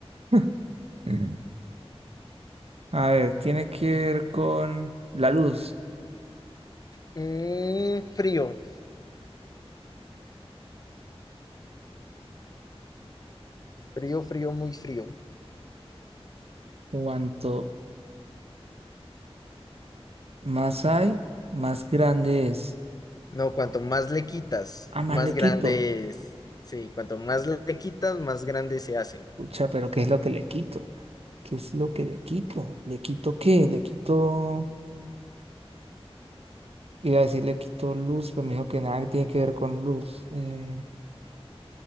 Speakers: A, on the right; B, on the left.
A: <laughs> Mm. A ver, tiene que ver con la luz.
B: Mm, frío, frío, frío, muy frío.
A: Cuanto más hay, más grande es.
B: No, cuanto más le quitas,
A: Ah, más
B: más
A: le
B: grande
A: quito.
B: es. Sí, cuanto más le quitas, más grande se hace.
A: Pucha, pero ¿qué es lo que le quito? ¿Qué es lo que le quito? ¿Le quito qué? Le quito. Iba a decir le quito luz, pero me dijo que nada tiene que ver con luz. Eh,